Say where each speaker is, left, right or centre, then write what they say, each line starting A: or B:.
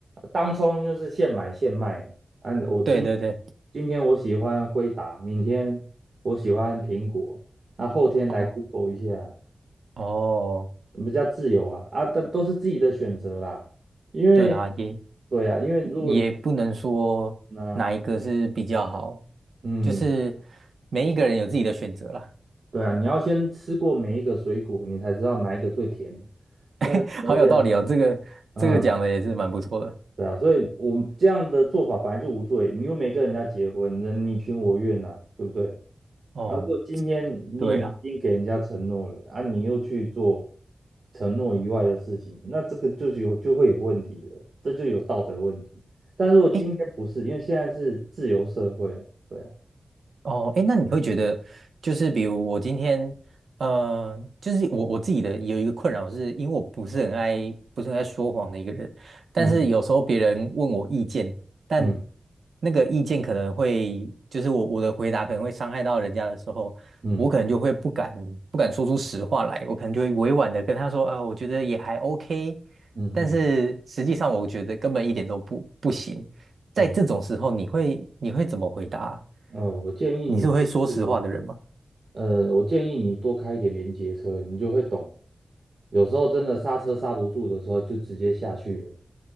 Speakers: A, on the right; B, on the right.
A: 当冲就是现买现卖嘛。啊，我今
B: 对对对，
A: 今天我喜欢辉达，明天我喜欢苹果，那后天来
B: 哦
A: Google 一下，
B: 哦，
A: 比较自由啊啊，但都是自己的选择啦。因为，
B: 对啦，也
A: 对啊，因为如果
B: 也不能说哪一个是比较好，
A: 那嗯，
B: 就是每一个人有自己的选择啦。
A: 对啊，你要先吃过每一个水果，你才知道哪一个最甜。那每一个人，
B: <laughs> 好有道理哦，这个这个讲的也是蛮不错的。
A: 嗯，对啊，所以我们这样的做法本来就无罪，你又没跟人家结婚，人你情我愿呐、对不对？
B: 哦，
A: 啊，如果今天你已经给人家承诺了，
B: 对啊，
A: 啊，你又去做承诺以外的事情，那这个就有就会有问题了，这就有道德问题。但如果今天不是，
B: 哎
A: 因为现在是自由社会啊，对啊，
B: 哦，哎，那你会觉得，就是比如我今天，呃，就是我我自己的有一个困扰是，因为我不是很爱，不是很爱说谎的一个人，但是有时候别人问我意见，
A: 嗯
B: 但
A: 嗯
B: 那个意见可能会，就是我我的回答可能会伤害到人家的时候，
A: 嗯
B: 我可能就会不敢不敢说出实话来，我可能就会委婉的跟他说，啊、我觉得也还 OK，
A: 嗯嗯
B: 但是实际上我觉得根本一点都不不行，在这种时候，
A: 嗯，
B: 你会你会怎么回答啊
A: 哦，我建议你就是，
B: 你是会说实话的人吗？
A: 呃，我建议你多开一点连接车，你就会懂，有时候真的刹车刹不住的时候，就直接下去了。